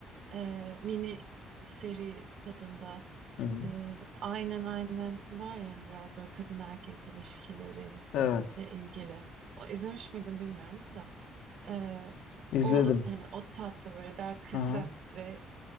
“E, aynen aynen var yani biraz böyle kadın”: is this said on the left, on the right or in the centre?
Right